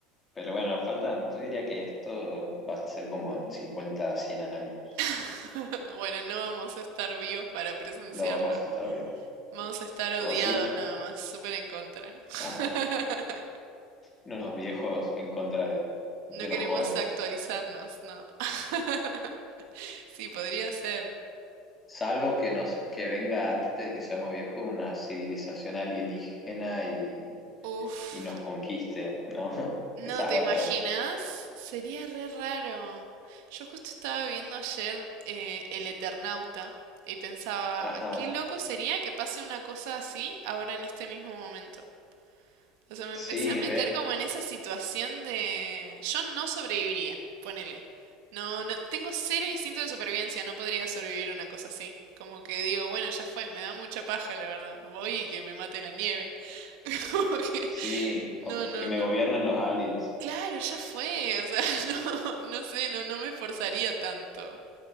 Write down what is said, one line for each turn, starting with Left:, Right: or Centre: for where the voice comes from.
Left: Pero bueno, faltan, yo diría que esto va a ser como en 50, 100 años.
Right: <laughs> Bueno, no vamos a estar vivos para presenciarlo.
Left: Lo vamos a estar vivos.
Right: Vamos a estar odiados
Left: ¿O sí?
Right: nada más, súper en contra. <laughs>
Left: <laughs> Ajá. Unos viejos en contra de, de
Right: No queremos
Left: los jóvenes.
Right: actualizarnos, no. <laughs> Sí, podría ser.
Left: Salvo que nos, que venga antes de que seamos viejos una civilización alienígena y,
Right: Uf.
Left: y nos conquiste, ¿no? <laughs>
Right: No,
Left: Esa
Right: ¿te
Left: es otra.
Right: imaginas? Sería re raro. Yo justo estaba viendo ayer eh, El Eternauta y pensaba,
Left: Ajá.
Right: qué loco sería que pase una cosa así ahora en este mismo momento. O sea, me
Left: Sí,
Right: empecé a meter
Left: re.
Right: como en esa situación de... Yo no sobreviviría, ponele. No, no, tengo cero instinto de supervivencia, no podría sobrevivir a una cosa así. Como que digo, bueno, ya fue, me da mucha paja, la verdad. Voy y que me mate la nieve. <laughs> Como que...
Left: Sí,
Right: No,
Left: o
Right: no,
Left: que me
Right: no.
Left: gobiernen los aliens.
Right: Claro, ya fue, o sea, <laughs> no, no sé, no, no me esforzaría tanto.